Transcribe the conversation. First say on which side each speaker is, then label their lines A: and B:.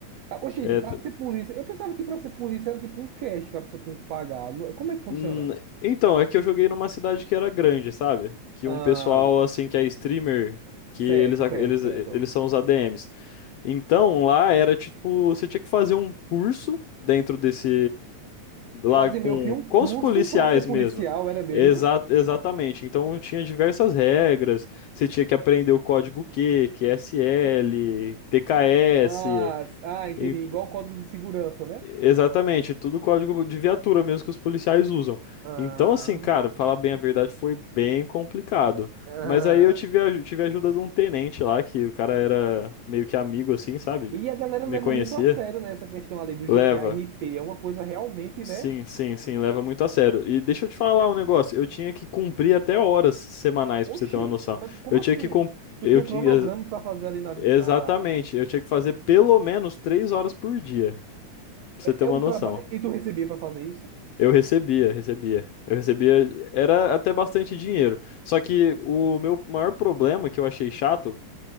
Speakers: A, on the right (about 80°); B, on the left (about 70°).
A: Ah, Ô, gente,
B: é,
A: pra ser polícia, eu pensava que pra ser polícia era tipo um cash que a pessoa tinha que pagar. Não- Como é que funciona?
B: Hum, então, é que eu joguei numa cidade que era grande, sabe? Que
A: Ah,
B: um pessoal, assim, que é streamer, que
A: certo,
B: eles, eles,
A: certo, certo.
B: eles são os ADMs. Então, lá era tipo, você tinha que fazer um curso dentro desse. Lá
A: Fazer
B: com,
A: meio que um
B: com
A: curso
B: os policiais
A: para ser policial,
B: mesmo.
A: era mesmo?
B: Exa exatamente. Então, tinha diversas regras. Você tinha que aprender o código Q, QSL, TKS.
A: Ah, s- ah, entendi.
B: En-
A: Igual o código de segurança, né?
B: Exatamente, tudo código de viatura mesmo que os policiais usam.
A: Ah,
B: Então, assim, cara, falar bem a verdade foi bem complicado.
A: ah.
B: Mas aí eu tive a, tive a ajuda de um tenente lá, que o cara era meio que amigo, assim, sabe?
A: E a galera
B: Me
A: leva
B: conhecia.
A: muito a sério, né, essa questão ali do GTA
B: Leva.
A: RP. É uma coisa realmente, né?
B: Sim, sim, sim, leva muito a sério. E deixa eu te falar um negócio, eu tinha que cumprir até horas semanais,
A: Oxi,
B: pra você ter uma noção.
A: mas como
B: Eu
A: assim?
B: tinha que cum-
A: Tu
B: eu
A: tinha um
B: tinha,
A: cronograma para fazer ali na,
B: exatamente,
A: na...
B: eu tinha que fazer pelo menos três horas por dia, pra
A: É,
B: você ter uma
A: é um
B: noção.
A: trabalho. E tu recebia para fazer isso?
B: Eu recebia, recebia. Eu recebia, era até bastante dinheiro. Só que o meu maior problema que eu achei chato